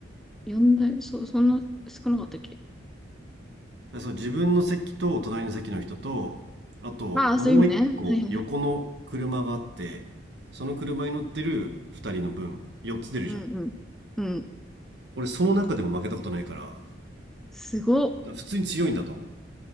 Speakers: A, in the centre; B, on the right.
A: 呼んだよ。そ、そんな少なかったっけ
B: そう、自分の席と隣の席の人と、あともう一個横の車があって、
A: ああ、そういう意味ね。はいはいはい。
B: その車に乗ってる二人の分、4つ出るじゃん。
A: うんうん。うん。
B: 俺その中でも負けたことないから、
A: すごっ。
B: 普通に強いんだと思